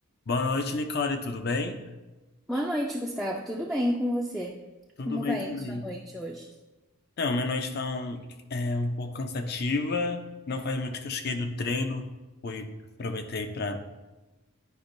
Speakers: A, on the left; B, in the centre.
A: Boa noite, Nicole, tudo bem?
B: Boa noite, Gustavo. Tudo bem com você?
A: Tudo
B: Como
A: bem
B: vai
A: também.
B: na sua noite hoje?
A: Então, minha noite tá um, é, um pouco cansativa. Não faz muito que eu cheguei do treino. Fui, aproveitei para